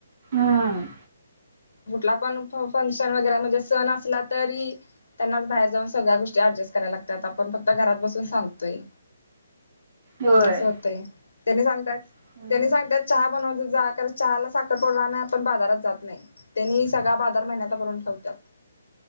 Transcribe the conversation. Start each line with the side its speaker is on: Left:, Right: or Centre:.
Right: हा...
Left: कुठला पण- फंक्शन वगैरे म्हणजे सण असला तरी त्यांनाच बाहेर जाऊन सगळ्या गोष्टी अजस्ट कराय लागत्यात, आपण फक्त घरात बसून सांगतोय.
Right: होय
Left: अस होतय.. त्यांनी सांगतात
Right: हम्म
Left: -त्यांनी सांगतात चहा बनवजा जा कारण चहाला साखर पावडर आणाय आपण बाजारात जात नाही. त्यांनी सगळा बाजार महिन्याचा भरवून ठेवत्यात. <inaudible>